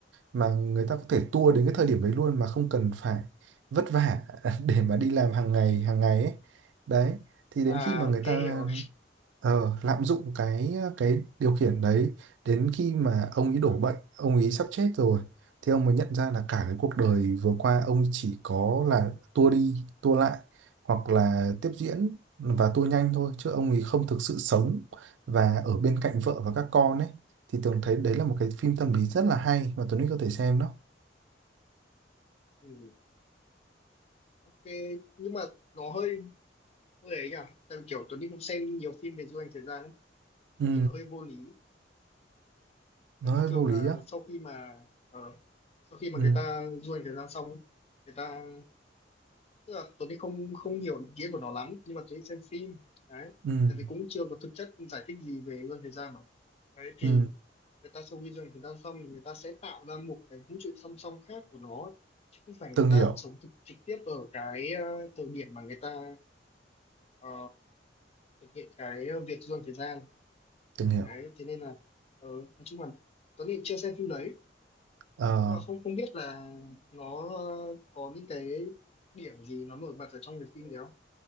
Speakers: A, on the right (about 85°); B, on the left (about 35°).
A: mà người ta có thể tua đến cái thời điểm đấy luôn mà không cần phải vất vả <laughs> để mà đi làm hàng ngày hàng ngày ấy đấy thì đến
B: à
A: khi mà người
B: ok
A: ta
B: hiểu rồi
A: ờ, lạm dụng cái cái điều khiển đấy đến khi mà ông ấy đổ
B: à,
A: bệnh ông ấy sắp chết rồi thì ông mới nhận ra là cả cái cuộc đời vừa qua ông ấy chỉ có là tua đi tua lại hoặc là tiếp diễn và tua nhanh thôi chứ ông ấy không thực sự sống và ở bên cạnh vợ và các con ấy thì Tường thấy đấy là một cái phim tâm lý rất là hay mà Tuấn Huy có thể xem đó
B: ừ. ok nhưng mà nó hơi hơi ấy nhỉ tại vì kiểu Tuấn Đi cũng xem nhiều phim về du hành thời gian ấy
A: ừ,
B: thì nó hơi vô lý
A: nó
B: tại vì
A: hơi
B: thường
A: vô lý
B: là
A: á
B: sau khi mà ờ, sau khi mà
A: ừ,
B: người ta du hành thời gian xong ấy, người ta tức là Tuấn Đi không không hiểu ý nghĩa của nó lắm nhưng mà Tuấn Đi xem phim đấy
A: ừ,
B: tại vì cũng chưa có thực chất giải thích gì về du hành thời gian mà đấy thì
A: ừ,
B: người ta sau khi du hành thời gian xong thì người ta sẽ tạo ra một cái vũ trụ song song khác của nó chứ không phải người
A: Tường hiểu
B: ta sống thực, trực tiếp ở cái ờ, thời điểm mà người ta ờ, thực hiện cái ờ, việc du hành thời gian
A: Tường hiểu
B: đấy thế nên là ờ, nói chung là Tuấn Nghị chưa xem phim đấy
A: Ờ,
B: nhưng mà không không biết là nó ờ, có những cái điểm gì nó nổi bật ở trong cái phim đấy không